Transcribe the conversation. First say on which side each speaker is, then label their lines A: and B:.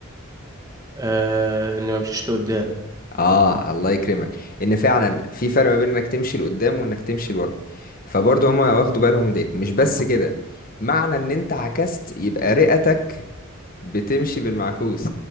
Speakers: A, on the right (about 15°); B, on the left (about 45°).
A: آه، اني ما امشيش لقدام
B: اه الله يكرمك ان فعلا في فرق ما بين انك تمشي لقدام وانك تمشي لورا فبرضه هما واخدوا بالهم من ديت مش بس كده معنى ان انت عكست يبقى رئتك بتمشي بالمعكوس